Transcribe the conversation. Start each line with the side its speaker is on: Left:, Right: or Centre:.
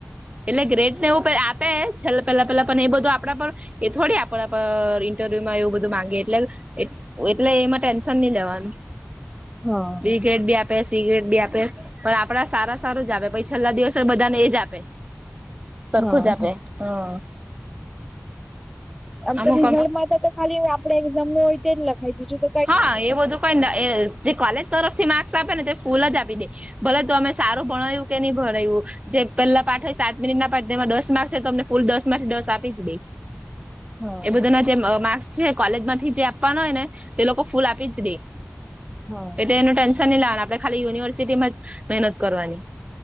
Right: એટલે ગ્રેટ ને એવ આપે છેલ્ પેલા પેલા પણ એ બધું આપ આપ પર એ થોડી આપણા ઇન્ટરવ્યુમાં એવું બધું માંગીએ એટલે એટલે એમાં ટેન્શન નહી લેવાનું
Centre: હા
Right: બી ગ આપે સિગરેટ બી આપે પણ આપડા સારા સારું જ આપે પછ છેલ્લા દિવસે બધા ને એ જ આપે સરખું
Centre: હા
Right: જ આપે હમ
Centre: આમ
Right: અમુક
Centre: તો રિઝલ્ટમાં તો તો ખાલી આપડે એક્ઝામ નું હોય તે જ લખી દીજું
Right: હા એ બધું કઈને જે કોલેજ તરફ થી માર્ક્સ આપે ને તો ફૂલ જ આપી દે ભલે તો અમે સારું ભણય્યું કે નહી ભણ્યું જે પહેલા પાઠ હોય સાત મિનિટ ના પાઠ તેમાં દસ માર્ક છે તો અમને ફૂલ દસ માર્થી દસ આપી જ દઈ
Centre: હા
Right: એ બધા ના જે માર્ક્સ છે કોલેજ માંથી જે આપવાના હોય ને એ લોકો ફૂલ આપી જ દે
Centre: હા
Right: એટ એનું ટેન્શન નહી લાવવાનું આપડે ખાલી યુનિવર્સિટીમાં જ મહેનત કરવાની